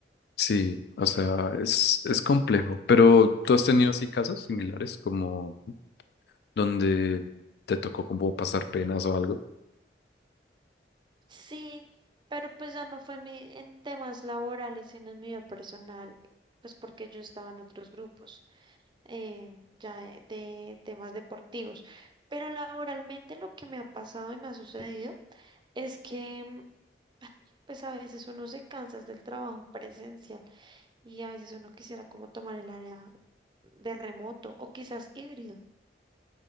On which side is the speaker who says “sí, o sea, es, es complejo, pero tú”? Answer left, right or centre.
Left